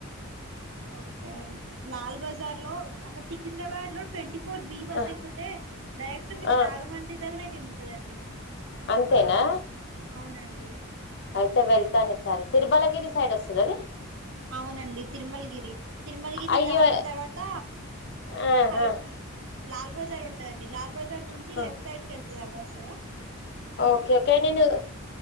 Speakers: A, on the right; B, on the left.
A: ఓకే అంటి లాల్ బజార్ లో అక్కడ సికింద్రాబాద్ లో ట్వంటీ ఫోర్ బి బస్
B: ఆ,
A: ఎక్కితే డైరెక్ట్ మీకు
B: ఆ,
A: నాగమండ్రి దగ్గర తిగ్ తుదండి
B: అంతేనా
A: అవునండి
B: అయితే వెళ్తాను ఈసారి తిరుమలగిరి సైడ్ వస్తద్ అది
A: అవునండి తిరుమలగిరి తిరుమలగిరి
B: అయ్యో
A: దాటిన తర్వాత
B: ఆ
A: హల్
B: ఆ
A: లాల్ బజారు ఉంటదండి లాల్ బాజార్ నుంచి
B: ఆ
A: లెఫ్ట్ సైడ్ కి వెళ్తది ఆ బస్ ఆ
B: ఓకే ఓకే నేను